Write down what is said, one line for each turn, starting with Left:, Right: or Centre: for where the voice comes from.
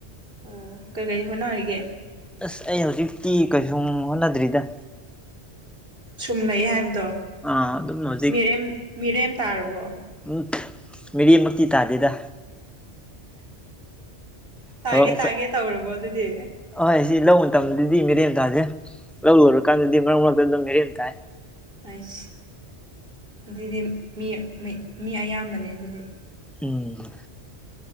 Right: ꯑꯣ ꯀꯩ ꯀꯩ ꯍꯣꯠꯅꯔꯤꯒꯦ
Centre: ꯑꯁ ꯑꯩ ꯍꯧꯖꯤꯛꯇꯤ ꯀꯩꯁꯨꯝ ꯍꯣꯠꯅꯗ꯭ꯔꯤꯗ
Right: ꯁꯨꯝ ꯂꯩ ꯍꯥꯏꯕꯗꯣ
Centre: ꯑꯥ ꯑꯗꯨꯝ ꯍꯧꯖꯤꯛ
Right: ꯃꯤꯔꯦꯝ ꯃꯤꯔꯦꯝ ꯇꯥꯔꯕꯣ
Centre: ꯎꯝ ꯃꯤꯔ‌ꯦꯝꯃꯛꯇꯤ ꯇꯥꯗꯦꯗ
Right: ꯇꯥꯒꯦ
Centre: ꯊꯕꯛ ꯃꯆꯥ
Right: ꯇꯥꯒꯦ ꯇꯧꯔꯕꯣ ꯑꯗꯨꯗꯤ
Centre: ꯍꯣꯏ ꯁꯤ ꯂꯧ ꯃꯇꯝꯗꯗꯤ ꯃꯤꯔꯦꯝ ꯇꯥꯥꯗ‌ꯦ ꯂꯧ ꯂꯣꯏꯔꯀꯥꯟꯗꯗꯤ ꯃꯔꯛ ꯃꯔꯛꯇ ꯑꯗꯨꯝ ꯃꯤꯔꯦꯝ ꯇꯥꯏ
Right: ꯑꯩꯁ ꯑꯗꯨꯗꯤ ꯃꯤ ꯃꯤ ꯃꯤ ꯑꯌꯥꯝꯕꯅꯦ ꯑꯗꯨꯗꯤ
Centre: ꯎꯝ